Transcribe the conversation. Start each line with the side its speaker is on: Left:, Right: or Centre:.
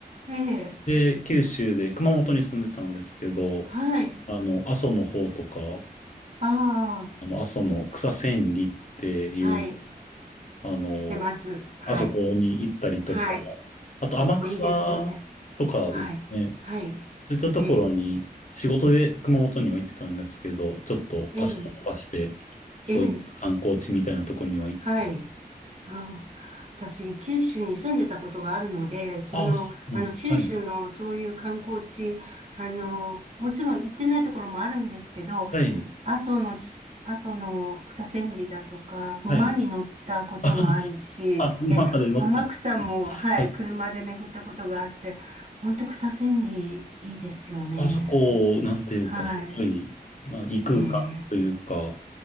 Right: ええ、
Left: で、九州で熊本に住んでたんですけど、
Right: はい。
Left: あの、阿蘇の方とか、
Right: ああ、
Left: あの阿蘇の草千里っていう、
Right: はい。
Left: あの、
Right: 知ってます。はい。
Left: あそこに行ったりとか、
Right: はい。
Left: あと天草とかですね、
Right: あそこいいですよね。はい。はい。
Left: そういったところに仕事で熊本には行ってたんですけど、
Right: ええ、
Left: ちょっと足を伸ばして、
Right: ええ、
Left: そういった観光地みたいなところには行って、
Right: ええ、はい。あ私、九州に住んでたことがあるので、その、
Left: ああ、そうなんです。
Right: あの、九州のそういう観光地、
Left: はい。
Right: あの、もちろん行ってないところもあるんですけど、
Left: はい。
Right: 阿蘇の、阿蘇の草千里だとか、馬に乗ったこともあるし、
Left: はい。<laughs> あ、馬まで乗ったんですね。
Right: え、天草も、はい、
Left: はい。
Right: 車で巡ったことがあって、本当草千里いいですよね。
Left: あそこ、なんていうか、
Right: はい。
Left: すごい、まあ、異空間というか、
Right: ええ